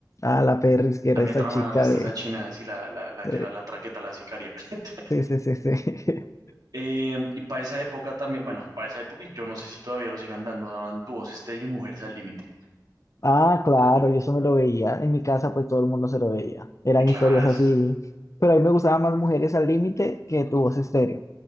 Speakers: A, on the left; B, on the right.
A: Ah, la Perris, que era
B: a mí
A: esa
B: me trama
A: chica
B: el resto
A: de...
B: de esa china, así la, la, la
A: de-
B: que era la traqueta, la sicaria. <laughs>
A: sí, sí, sí, sí. <laughs>
B: Em, y para esa época también, bueno, para esa época y yo no sé si todavía lo sigan dando, daban Tu voz estéreo y Mujeres al límite.
A: Ah, claro, yo eso me lo veía. En mi casa, pues todo el mundo se lo veía. Eran
B: Y claro,
A: historias así.
B: es-
A: Pero a mí me gustaban más mujeres al límite que tu voz estéreo.